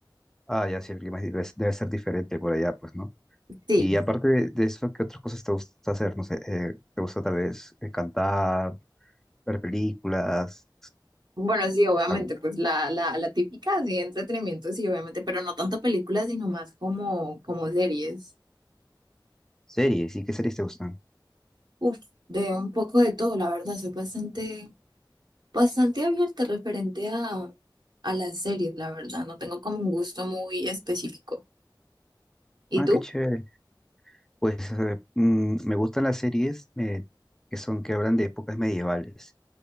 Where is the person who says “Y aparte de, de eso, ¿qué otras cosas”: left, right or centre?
Centre